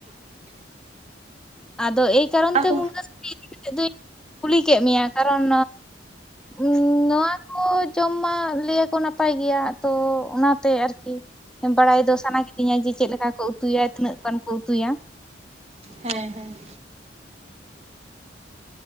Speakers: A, in the centre; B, on the right.
A: ᱟᱫᱚ ᱮᱭ ᱠᱟᱨᱚᱱ
B: ᱟᱫᱚ
A: ᱛᱮ ᱢᱩᱱᱜᱟᱹ ᱥᱩᱴᱤ ᱤᱫᱤ ᱠᱟᱛᱮᱜ ᱫᱩᱧ ᱠᱩᱞᱤ ᱠᱮᱜ ᱢᱮᱭᱟ, ᱠᱟᱨᱚᱱ ᱩᱸᱻ ᱱᱚᱣᱟ ᱠᱚ ᱡᱚᱢ ᱢᱟ ᱞᱟᱹᱭ ᱟᱠᱚ ᱱᱟᱯᱟᱭ ᱜᱮᱭᱟ, ᱛᱚ ᱚᱱᱟ ᱛᱮ ᱟᱨᱠᱤ ᱵᱟᱲᱟᱭ ᱫᱚ ᱥᱟᱱᱟ ᱠᱤᱫᱤᱧᱟ ᱡᱮ, ᱪᱮᱫ ᱞᱮᱠᱟ ᱠᱚ ᱩᱛᱩᱭᱟ? ᱛᱤᱱᱟᱹᱜ ᱜᱟᱱ ᱠᱚ ᱩᱛᱩᱭᱟ?
B: ᱦᱮᱸ ᱦᱮᱸ᱾